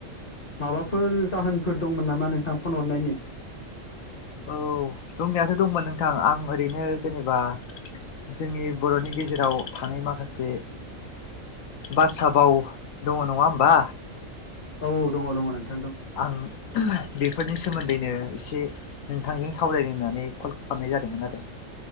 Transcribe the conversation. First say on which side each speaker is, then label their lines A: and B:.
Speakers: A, on the left; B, on the left.
A: माबाफोर जाहोनफोर दंमोन नामा नोंथां फन हरनायनि
B: औ दंनायाथ' दंमोन नोंथां आं ओरैनो जेनेबा जोंनि बर'नि गेजेराव थानाय माखासे बात्रा बाव दङ नङा होमबा
A: औ औ दङ दङ नों
B: आं बेफोरनि सोमोन्दै दैनो एसे नोंथांजों सावरायनो होननानै कल खालामनाय जादोंमोन आरो